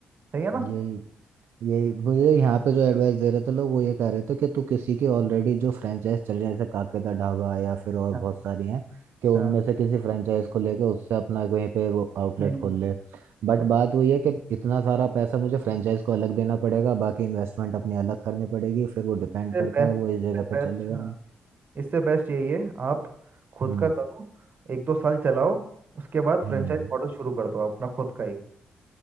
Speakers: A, on the right; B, on the right.
A: सही है ना
B: यही यही मुझे यहाँ पे जो एडवाइस दे रहे थे लोग वो ये कह रहे थे कि तू किसी की ऑलरेडी जो फ्रेंचाइज चल रही है जैसे काके दा ढाबा या फिर और
A: हाँ
B: बहुत सारी हैं कि उनमें
A: हाँ
B: से किसी फ्रेंचाइज को लेके उससे अपना कहीं पे वो आउटलेट
A: नहीं नहीं
B: खोल ले बट
A: तो
B: बात वही है कि इतना सारा पैसा मुझे फ्रेंचाइज को अलग देना पड़ेगा बाकी इन्वेस्टमेंट अपनी अलग करनी पड़ेगी फिर वो
A: इससे
B: डिपेंड करता
A: बेस्ट
B: है वो इस
A: इससे
B: जगह पे
A: बेस्ट
B: चलेगा
A: हाँ
B: नहीं
A: इससे बेस्ट यही है आप खुद
B: हम्म
A: का करो एक दो साल चलाओ उसके बाद
B: हम्म
A: फ्रेंचाइज मॉडल शुरू कर दो अपना खुद का ही